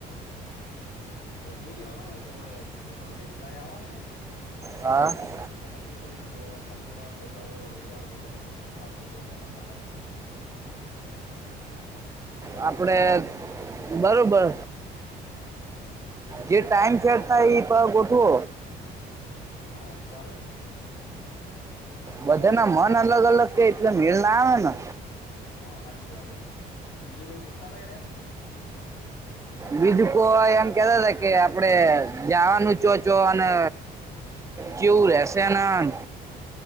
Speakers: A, on the left; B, on the right.
A: તો જોઈએ હડો નહ તો હવે બધા નો રિપ્લાય આવે ને.
B: હા.
A: નક્કી કરીએ કે હવે શનિર ગોઠવો રવવાર ગોઠવો. સોમવાર ગોઠવવો. કે મંગળવાર બરોબર
B: આપડે
A: ને
B: બરોબર.
A: હમ્મ.
B: જે ટાઈમ સેટ થાય એ ગોઠો.
A: હા ચાલ.
B: બધાના
A: કઈ પૂછતા
B: મન
A: તા
B: અલગ અલગ કે એ મેળ ના આવે ને.
A: હા સાચી વાત હ, બીજું કોઈ પૂછતા તાય રે?
B: બીજું કો એમ કેતા હતા કે આપડે જવાનું ચોચો અને કેવું રહેશે નાંદ